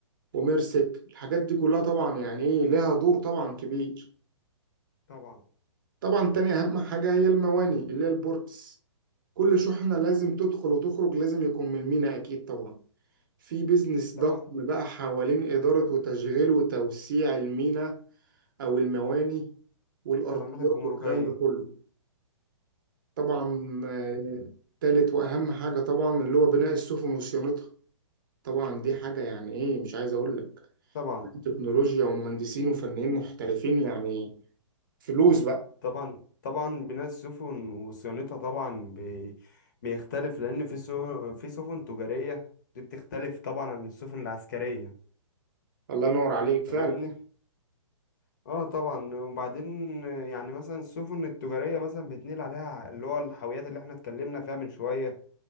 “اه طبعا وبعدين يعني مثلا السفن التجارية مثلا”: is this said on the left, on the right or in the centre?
Left